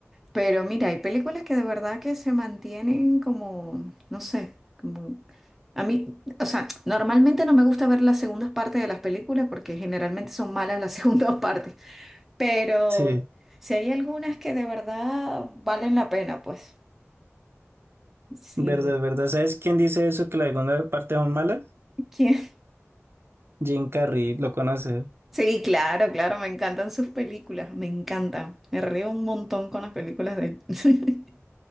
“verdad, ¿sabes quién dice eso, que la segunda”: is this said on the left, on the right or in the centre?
Right